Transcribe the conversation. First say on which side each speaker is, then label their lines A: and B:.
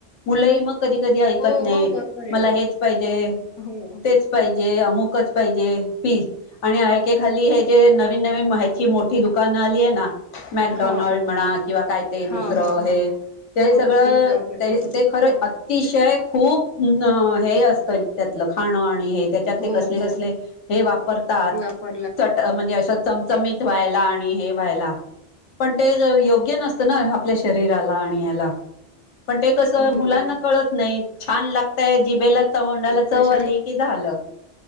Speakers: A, on the left; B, on the left.
A: मुलंही मग कधी कधी ऐकत
B: हो
A: नाही
B: मग बरोबर आहे
A: मला
B: ना
A: हेच पाहिजे ते
B: हो
A: तेच पाहिजे अमुकच पाहिजे पी आणि हे एक एक हाल्ली जे नवीन नवीन म ह्याची मोठी दुकानं आली आहे ना मॅकडॉनल्ड
B: हा
A: म्हणा किंवा काय ते
B: हा
A: दुसरं
B: हा हा
A: हे ते
B: हो
A: सगळं
B: पिझ्झा बर्गर
A: ते
B: वगैरे
A: ते खरं
B: हो
A: अतिशय खूप अं हे अस त्यातलं खानं आणि हे त्याच्यात
B: हो
A: कसले कसले
B: हो
A: हे वापरतात
B: वापरला
A: चट म्हणजे चमचमीत होयला ला आणि हे व्हायला पण ते योग्य नसत ना आपल्या शरीराला आणि ह्याला पण ते कसं
B: हो
A: मुलांना
B: ना बरोबर आहे
A: कळत नाही छान लागतय जिबेला तोंडाला
B: आपल्या
A: चव आली
B: श
A: की झालं